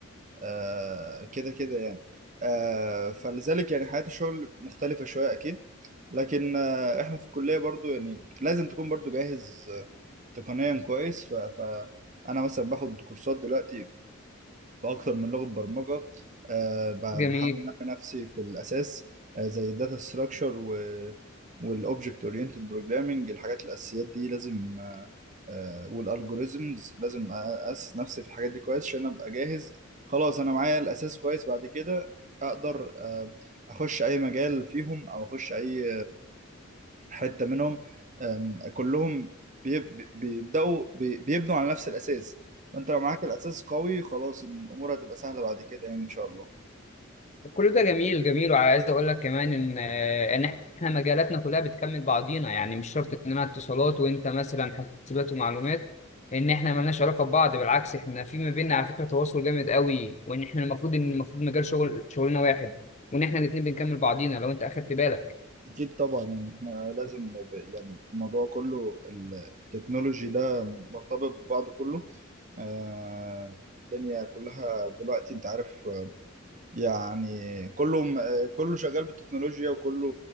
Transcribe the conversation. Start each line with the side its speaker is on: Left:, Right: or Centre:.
Right: آه، كده كده يعني آه، فلذلك يعني حياة الشغل مختلفة شوية أكيد لكن آه، احنا في الكلية برضو يعني لازم تكون برضو جاهز آه، تقنيا كويس ف- فأنا مثلا باخد كورسات دلوقتي في اكتر من لغه برمجه آه، ب-
Left: جميل
Right: بحاول انمي نفسي في الاساس آه، زي الداتا ستراكشر والاوبجكت اورينتد بروجرامنج الحاجات الاساسيات دي لازم آه، آه، والالجوريزمز لازم اسس نفسي في الحاجات دي كويس عشان ابقى جاهز خلاص انا معايا الاساس كويس بعد كده اقدر آه، اخش اي مجال فيهم او اخش اي حته منهم أم، كلهم بي- بي- بيبداوا بي- بيبنوا على نفس الاساس فانت لو معاك الاساس قوي خلاص الامور هتبقى سهله بعد كده يعني ان شاء الله
Left: وكل ده جميل جميل وعايز اقول لك كمان ان آه، ان احنا مجالاتنا كلها بتكمل بعضينا يعني مش شرط ان انا اتصالات وانت مثلا حاسبات ومعلومات ان احنا ملناش علاقه ببعض بالعكس احنا في ما بيننا على فكره تواصل جامد قوي وان احنا المفروض ان المفروض مجال شغل شغلنا واحد وان احنا الاثنين بنكمل بعضينا لو انت اخدت بالك
Right: اكيد طبعا يعني احنا لازم ب- يعني الموضوع كله التكنولوجي ده مرتبط ببعضه كله آه، الدنيا كلها دلوقتي انت عارف آه، يعني كله م- آه، كله شغال بالتكنولوجيا وكله